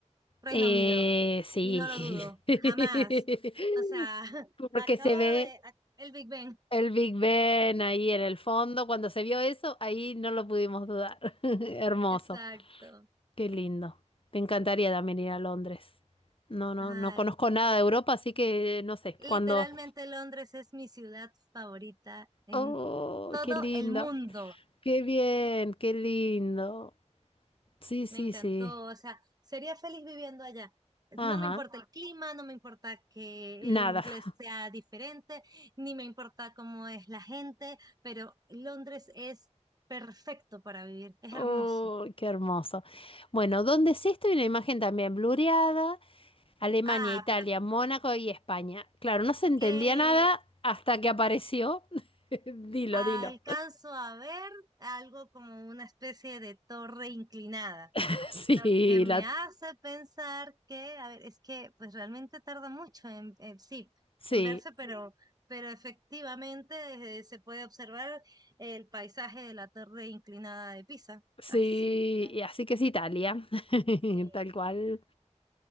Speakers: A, on the right; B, on the left.
A: Reino
B: Eh,
A: Unido,
B: sí.
A: y no lo dudo,
B: <laughs>
A: jamás. O sea, <laughs>
B: Porque
A: acabo
B: se ve
A: de, ac- el Big Ben,
B: el Big Ben ahí en el fondo. Cuando se vio eso, ahí no lo pudimos dudar. <laughs> Hermoso.
A: exacto.
B: Qué lindo. Me encantaría también ir a Londres. No, no,
A: Ay,
B: no conozco nada de Europa, así que no sé.
A: literalmente
B: Cuando.
A: Londres es mi ciudad favorita en
B: Oh,
A: todo
B: qué lindo.
A: el mundo.
B: Qué bien, qué lindo. Sí, sí,
A: Me encantó,
B: sí.
A: o sea, sería feliz viviendo allá.
B: Ajá.
A: No me importa el clima, no me importa que
B: Nada.
A: el inglés
B: <laughs>
A: sea diferente, ni me importa cómo es la gente, pero Londres es perfecto para vivir, es
B: Oh,
A: hermoso.
B: qué hermoso. Bueno, donde sí estoy una imagen también blureada. Alemania,
A: Ah,
B: Italia,
A: pero
B: Mónaco y España. Claro, no se entendía
A: eh,
B: nada hasta que apareció. <laughs> Dilo,
A: alcanzo
B: dilo.
A: a ver algo como una especie de torre inclinada.
B: <laughs>
A: Lo
B: Sí,
A: que me
B: la.
A: hace pensar que, a ver, es que pues realmente tarda mucho en, en- sí,
B: Sí.
A: en verse, pero, pero efectivamente eh, se puede observar el paisaje de la torre inclinada de Pisa.
B: Sí,
A: Así que
B: y así que es Italia, <laughs>
A: sí.
B: tal cual.